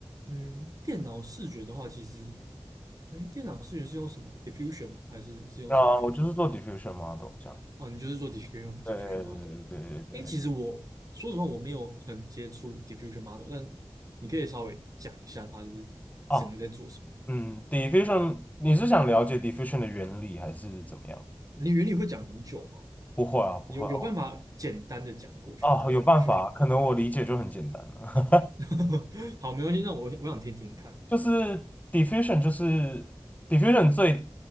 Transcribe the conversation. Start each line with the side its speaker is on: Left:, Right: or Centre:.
Right: 嗯，电脑视觉的话，其实，哎，电脑视觉是用什么 diffusion 吗？还是是用什么去做？
Left: 那我就是做 diffusion model 这样，
Right: 哦，你就是做 diffusion
Left: 对对对对对对对，
Right: diffusion model。哎，其实我说实话，我没有很接触 diffusion model，但你可以稍微讲一下它是整个在做什么。
Left: 哦，嗯，diffusion，你是想了解 diffusion 的原理还是怎么样？
Right: 你原理会讲很久吗？
Left: 不会啊，
Right: 你有有办法简单的讲过去它的
Left: 不会啊哦，有办法啊，
Right: diffusion？
Left: 可能我理解就很简单了。
Right: <laughs> 好，没关系，那我我想听听看。
Left: 就是 diffusion，就是 diffusion 最